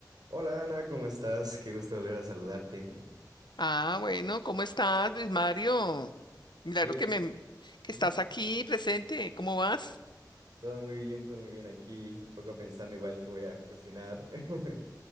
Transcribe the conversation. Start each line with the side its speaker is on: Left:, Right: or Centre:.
Right: Hola Ana, ¿cómo estás? Qué gusto volver a saludarte.
Left: Ah, bueno, ¿cómo estás, Luis Mario? Milagro
Right: Bien,
Left: que me que
Right: ¿m?
Left: estás aquí presente. ¿Cómo vas?
Right: todo muy bien, todo muy bien aquí. Un poco pensando igual que voy a cocinar. <laughs>